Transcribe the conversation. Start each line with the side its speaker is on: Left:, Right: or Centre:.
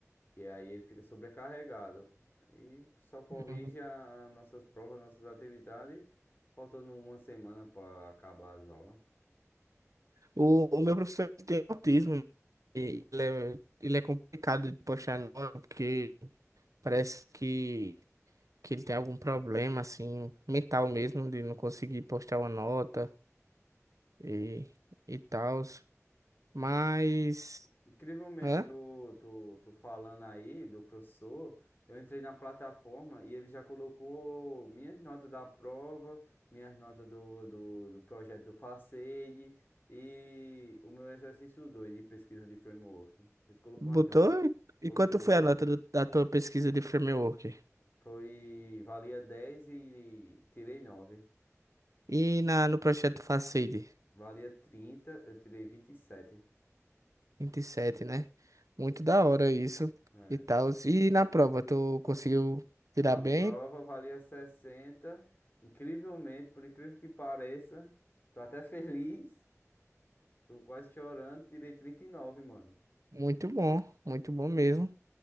Left: e aí ele fica sobrecarregado. E só corrige
Right: Uhum.
Left: a- as nossas provas, nossas atividades, faltando uma semana para acabar as aulas.
Right: O, o meu professor tem autismo e ele é, ele é complicado de postar nota porque. Parece que, que ele tem algum problema, assim, mental mesmo, de não conseguir postar uma nota e, e tal. Mas.
Left: Incrivelmente,
Right: Hã?
Left: tu, tu, tu falando aí do professor, eu entrei na plataforma e ele já colocou minhas notas da prova, minhas notas do, do, do projeto do Facede e o meu exercício 2 de pesquisa de framework. Ele colocou
Right: Botou?
Left: as notas.
Right: E e
Left: Colocou.
Right: quanto foi a nota do- da tua pesquisa de framework?
Left: Foi, valia 10 e tirei nove
Right: E na, no projeto Facade?
Left: Valia 30 eu tirei 27.
Right: 27, né? Muito da hora isso
Left: É.
Right: e tal. E na prova, tu conseguiu tirar
Left: A
Right: bem?
Left: prova valia sessenta, Incrivelmente, por incrível que pareça, tô até <laughs> feliz. Tô quase chorando. Tirei 39, mano.
Right: Muito bom, muito bom mesmo.